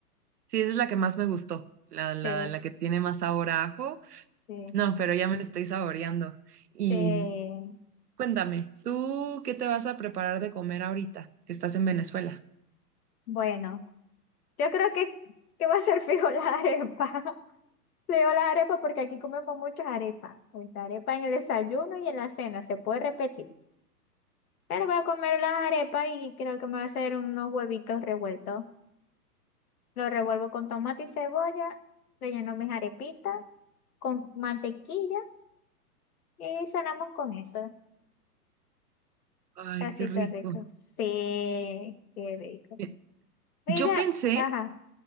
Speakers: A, on the right; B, on the left.
A: sí, esa es la que más me gustó, la,
B: Sí,
A: la, la que tiene más sabor a ajo
B: sí,
A: No, pero ya me lo estoy saboreando.
B: sí.
A: Y cuéntame, ¿tú qué te vas a preparar de comer ahorita? Estás en Venezuela.
B: Bueno, yo creo que, que va a ser <laughs> fijo la arepa. <laughs> Le digo las arepas porque aquí comemos muchas arepas. Ahorita arepa en el desayuno y en la cena, se puede repetir. Pero voy a comer las arepas y creo que me voy a hacer unos huevitos revueltos. Los revuelvo con tomate y cebolla, relleno mis arepitas con mantequilla y cenamos con eso.
A: Ay,
B: Casito
A: qué rico.
B: rico. Sí, qué rico.
A: Eh,
B: Mira,
A: Yo pensé
B: ajá,